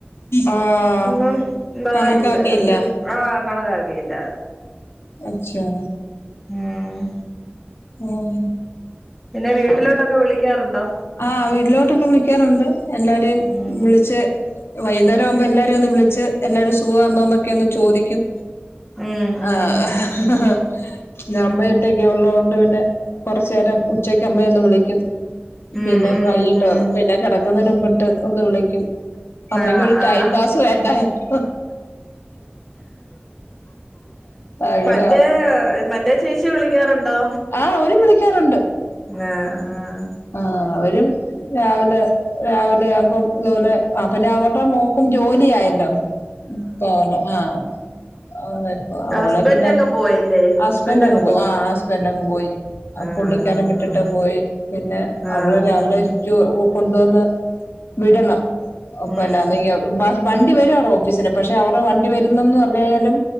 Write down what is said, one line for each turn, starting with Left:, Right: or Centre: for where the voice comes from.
Left: ആഹ്
Centre: ഒന്നും ഉണ്ടായില്ല
Left: കണക്കാക്കിയില്ല
Centre: ഒരു ആഹ് കണക്കാക്കിയില്ല
Left: അച്യോ
Centre: ആഹ്
Left: ഉം
Centre: പിന്നെ വീട്ടിലോട്ടൊക്കെ വിളിക്കാറുണ്ടോ?
Left: ആഹ് വീട്ടിലോട്ടൊക്കെ വിളിക്കാറുണ്ട്. എല്ലാരേം
Centre: ഉം
Left: വിളിച്ച് വൈന്നേരം ആവുമ്പേൾ എല്ലാരും ഒന്ന് വിളിച്ച് എല്ലാരും സുഖാന്നോ എന്നൊക്കെ ഒന്ന് ചോദിക്കും
Centre: ഉം ഉം
Left: ആഹ് ന്ന അമ്മ ഒറ്റയ്ക് ഉള്ളോണ്ട് പിന്നെ കുറച്ച് നേരം ഉച്ചക്ക് അമ്മയെ ഒന്ന് വിളിക്കും
Centre: ഉം
Left: പിന്നെ
Centre: ഉം
Left: വൈകീട്ടോ
Centre: ഉം
Left: പിന്നെ കിടക്കുന്നതിന് മുമ്പിട്ട് ഒന്ന് വിളിക്കും അമ്മയ്ക്കും
Centre: ആഹ്
Left: ഒരു ടൈം
Centre: ആഹ്
Left: പാസു വേണ്ടായോ അങ്ങനെ
Centre: മറ്റേ മറ്റേ ചേച്ചി വിളിക്കാറുണ്ടോ?
Left: ആഹ് ഓരും വിളിക്കാറുണ്ട്
Centre: ആഹ് ആഹ്
Left: ആഹ് അവരും രാവിലെ രാവിലെ ആവുമ്പം ഇതുപോലെ ആ പിന്നെ അവരുടെ മോക്കും ജോലി ആയല്ലോ തവണ ആഹ് അവെപ്പോ അവളെ
Centre: ഹസ്ബൻഡ്
Left: പിന്നെ
Centre: അങ്ങ് പോയല്ലേ
Left: ഹസ്
Centre: ഹസ്ബൻഡ്
Left: ഹസ്ബെന്റങ്ങു
Centre: അങ്ങ്
Left: പോയി
Centre: പോ
Left: ആഹ് ഹസ്ബൻ്റ് അങ്ങ് പോയി. അപ്
Centre: ആഹ്
Left: പുള്ളിക്കാരൻ വിട്ടിട്ട് പോയി പിന്നെ
Centre: ആഹ്
Left: അവളെന്നെ
Centre: ആഹ്
Left: അവിടെച്ചു
Centre: ആഹ്
Left: കൊണ്ടുവന്ന് വിടണം അപ്പന്നാ
Centre: ഉം
Left: നെയ്യാ വ വണ്ടി വരും അവരെ ഓഫീസിലെ പക്ഷെ അവരെ വണ്ടി വരുന്നന്ന് പറഞ്ഞു ആയാലും